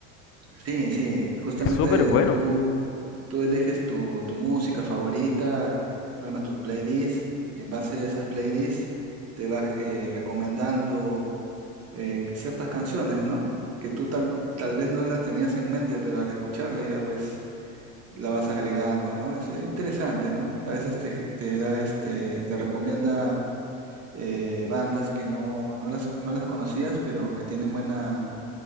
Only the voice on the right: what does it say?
Sí, sí, justamente
tú, tú eliges tu, tu música favorita, armas tus playlists, y en base a esas playlists te vas eh, recomendando eh, ciertas canciones, ¿no? Que tú tal, tal vez no las tenías en mente, pero al escucharla ya pues la vas agregando, ¿no? Es eh, interesante, ¿no? A veces te, te da este, te recomienda eh, bandas que no, no las, no las conocías, pero que tienen buena,